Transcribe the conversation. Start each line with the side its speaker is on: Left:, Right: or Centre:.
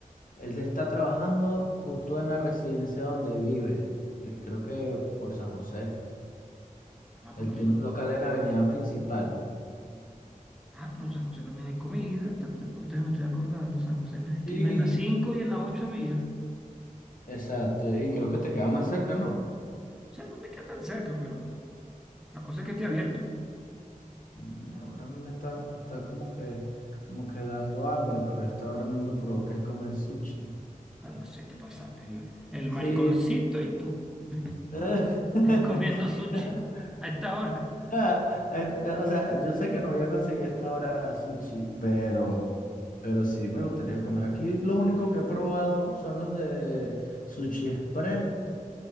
Left: Él está trabajando justo en la residencia donde vive, eh, creo que por San José.
Centre: Ah,
Left: Él
Centre: porque yo
Left: tiene
Centre: lo...
Left: un local en la avenida principal.
Centre: Ah, pero en San José también hay comida, tam- tam- ahorita me estoy acordando, San José en la esquina,
Left: Y,
Centre: en la 5 y en la 8 había.
Left: exacto, y creo que te queda más cerca, ¿no?
Centre: O sea, no me queda tan cerca, pero la cosa es que esté abierto.
Left: Mm, Ahora a mí me está, me está como que, como que dando hambre, pero a esta hora a mí me provoca es comer sushi.
Centre: Ah, no sé, te pasaste. El, el mariconcito
Left: Sí.
Centre: y tú. <laughs>
Left: <laughs>
Centre: Comiendo sushi a esta hora.
Left: Ah, eh, eh, o sea, yo sé que no voy a conseguir esta hora sushi, pero, pero sí me gustaría comer. Aquí los únicos que he probado son los de Sushi Express.